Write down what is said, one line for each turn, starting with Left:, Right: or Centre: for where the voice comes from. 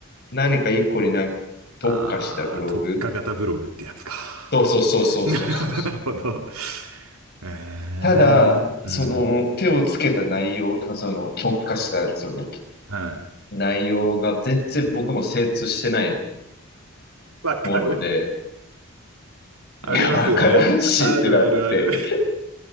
Left: 何か一個になんか特化したブログ。
Right: あー、特化型ブログってやつか。
Left: そうそうそうそうそうそうそう。
Right: <laughs> なるほど、なるほど。えー、
Left: ただ、
Right: うん。
Left: その手をつけた内容、その特化したその
Right: はい。
Left: 内容が全然僕も精通してない
Right: わかる。
Left: もので、
Right: ありますよね。
Left: いや、わからんしってなって、
Right: あるあるある。